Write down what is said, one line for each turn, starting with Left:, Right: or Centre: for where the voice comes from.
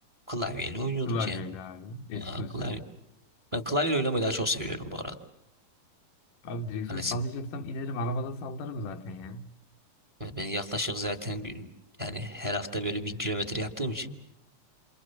Right: Klavyeyle oynuyorduk
Left: Klavyeyle
Right: yani.
Left: abi. Eski
Right: Ya,
Left: usul.
Right: klavye. Ben klavye oynamayı daha çok seviyorum bu arada.
Left: Abi direksiyon
Right: Hani
Left: sallayacaksam
Right: s-
Left: inerim. Arabada sallarım zaten ya.
Right: ben yaklaşık zaten gün- yani her hafta böyle bin kilometre yaptığım için.